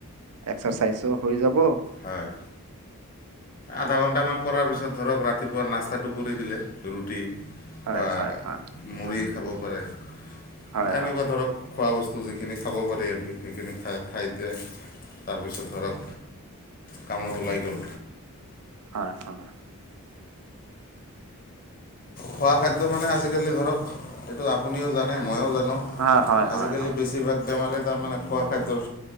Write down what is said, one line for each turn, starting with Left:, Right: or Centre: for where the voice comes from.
Right: এক্সাৰচাইজো হৈ যাব
Left: হয়। আধা ঘণ্টামান কৰাৰ পিছত ধৰক ৰাতিপুৱা নাস্তাটো কৰি দিলে ৰুট ৰুটি
Right: হয়,
Left: বা
Right: হয়, হয়,
Left: মুড়ি খাব পাৰে
Right: হয়,
Left: বা
Right: হয়,
Left: এনেকুৱা
Right: হয়,
Left: ধৰক খোৱা বস্তু যিখিনি খাব পাৰি আৰু কি সেইখিনি খাই খাই দিয়ে তাৰপিছত ধৰক কামত ওলাই গ'ল
Right: হয়, হয়।
Left: খোৱা খাদ্য মানে আজিকালি ধৰক সেইটো আপুনিও জানে মইয়ো জানোঁ।
Right: হয়, হয়,
Left: আজিকালি
Right: হয়, হয়,
Left: বেছিভাগ বেমাৰে তাৰমানে খোৱা খাদ্যৰ